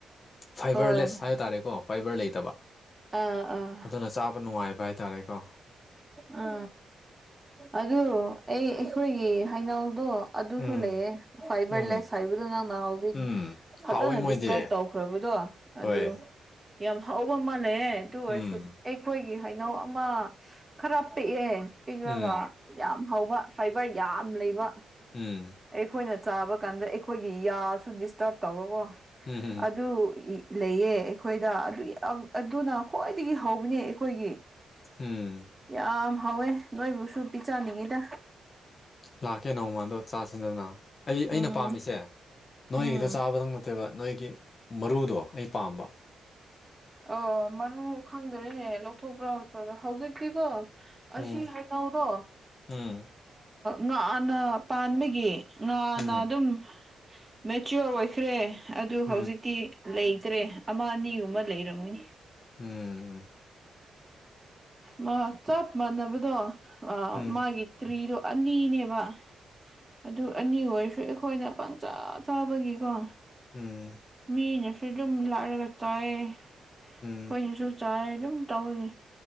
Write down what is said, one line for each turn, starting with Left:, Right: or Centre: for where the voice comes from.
Left: ꯐꯥꯏꯕꯔꯂꯦꯁ
Right: ꯍꯣꯏ
Left: ꯍꯥꯏ ꯇꯔꯦꯀꯣ ꯐꯥꯏꯕꯔ ꯂꯩꯇꯕ
Right: ꯑꯥ ꯑꯥ
Left: ꯑꯗꯨꯅ ꯆꯥꯕ ꯅꯨꯡꯉꯥꯏꯕ ꯍꯥꯏ ꯇꯔꯦꯣ ꯀꯥ
Right: ꯎꯥ ꯑꯗꯨ ꯑꯩ ꯑꯩꯈꯣꯏꯒꯤ ꯍꯩꯅꯧꯗꯣ ꯑꯗꯨꯁꯨ
Left: ꯎꯝ
Right: ꯂꯩꯌꯦ ꯐꯥꯏꯕꯔꯂꯦꯁ
Left: ꯎꯝ
Right: ꯍꯥꯏꯕꯗꯨ ꯅꯪꯅ ꯍꯧꯖꯤꯛ
Left: ꯎꯝ
Right: ꯐꯖꯅ
Left: ꯍꯥꯎꯋꯦ ꯃꯣꯏꯗꯤ
Right: ꯗꯤꯁꯀ꯭ꯔꯥꯏꯕ ꯇꯧꯈ꯭ꯔꯕꯗꯣ ꯑꯗꯨ
Left: ꯍꯣꯏ
Right: ꯌꯥꯝ ꯍꯥꯎꯕ ꯃꯥꯜꯂꯦ ꯑꯗꯨ ꯑꯣꯏꯔꯁꯨ
Left: ꯎꯝ
Right: ꯑꯩꯈꯣꯏꯒꯤ ꯍꯩꯅꯧ ꯑꯃ ꯈꯔ ꯄꯤꯛꯑꯦ ꯄꯤꯛ꯭ꯔꯒ
Left: ꯎꯝ
Right: ꯌꯥꯝ ꯍꯕ ꯐꯥꯏꯕꯔ ꯌꯥꯝ ꯂꯩꯕ
Left: ꯎꯝ
Right: ꯑꯩꯈꯣꯏꯅ ꯆꯥꯕ ꯀꯥꯟꯗ ꯑꯩꯈꯣꯏꯒꯤ ꯌꯥꯁꯨ ꯗꯤꯁꯇꯔꯕ ꯇꯧꯧꯕꯀꯣ
Left: ꯎꯝ ꯎꯝ
Right: ꯑꯗꯨ ꯂꯩꯌꯦ ꯑꯩꯈꯣꯏꯗ ꯑꯗꯨ ꯑꯗꯨꯅ ꯈ꯭ꯋꯥꯏꯗꯒꯤ ꯍꯧꯕꯅꯦ ꯑꯩꯈꯣꯏꯒꯤ
Left: ꯎꯝ
Right: ꯌꯥꯝ ꯍꯧꯥꯎꯋꯦ ꯅꯣꯏꯕꯨꯁꯨ ꯄꯤ ꯆꯅꯤꯡꯉꯤꯗ
Left: ꯂꯥꯛꯀꯦ ꯅꯣꯡꯃ ꯑꯗꯣ ꯆꯥꯁꯤꯟꯗꯗꯅ ꯑꯩ ꯑꯩꯅ
Right: ꯎꯝ
Left: ꯄꯥꯝꯃꯤꯁꯦ ꯅꯣꯏꯒꯤꯗ
Right: ꯎꯝ
Left: ꯆꯥꯕꯗꯪ ꯅꯠꯇꯕ ꯅꯣꯏꯒꯤ ꯃꯔꯨꯗꯣ ꯑꯩ ꯄꯥꯝꯕ
Right: ꯑꯣ ꯃꯔꯨ ꯈꯪꯗ꯭ꯔꯦꯍꯦ ꯂꯧꯊꯣꯛꯄ꯭ꯔꯣꯠꯇꯥ ꯍꯧꯖꯤꯛꯇꯤꯀꯣ ꯑꯁꯤ
Left: ꯎꯝ
Right: ꯍꯩꯅꯎꯗꯣ
Left: ꯎꯝ
Right: ꯉꯥꯅ ꯄꯥꯟꯕꯒꯤ ꯉꯥꯟꯅ
Left: ꯎꯝ
Right: ꯑꯗꯨꯝ ꯃꯦꯆꯌꯣꯔ ꯑꯣꯏꯈ꯭ꯔꯦ ꯑꯗꯨ
Left: ꯎꯝ
Right: ꯍꯧꯖꯤꯛꯇꯤ ꯂꯩꯇ꯭ꯔꯦ ꯑꯃ ꯑꯅꯤꯒꯨꯝꯕ ꯂꯩꯔꯝꯅꯤ
Left: ꯎꯝ ꯎꯝ
Right: ꯃꯥ ꯆꯞ ꯃꯥꯟꯅꯕꯗꯣ ꯑ
Left: ꯎꯝ ꯎꯝ
Right: ꯃꯥꯒꯤ ꯇ꯭ꯔꯤꯗꯣ ꯑꯅꯤꯅꯦꯕ ꯑꯗꯨ ꯑꯅꯤ ꯑꯣꯏꯔꯁꯨ ꯑꯩꯈꯣꯏꯅ ꯄꯪꯆꯥꯥ ꯆꯥꯕꯒꯤꯀꯣ
Left: ꯎꯝ
Right: ꯃꯤꯅꯁꯨ ꯑꯗꯨꯝ ꯂꯥꯔꯒ ꯆꯥꯏ ꯑꯩꯈꯣꯏꯅꯁꯨ
Left: ꯎꯝ ꯎꯝ
Right: ꯆꯥꯏ ꯑꯗꯨꯝ ꯇꯧꯏꯤ